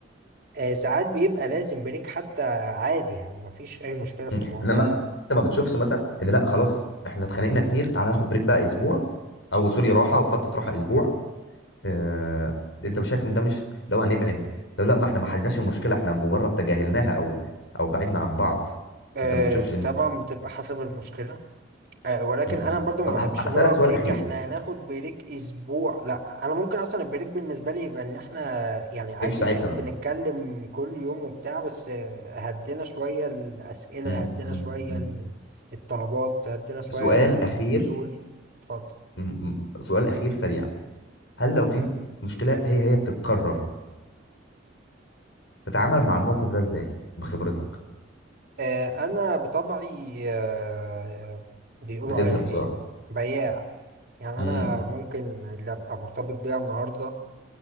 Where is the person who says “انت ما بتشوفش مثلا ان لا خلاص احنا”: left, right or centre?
Left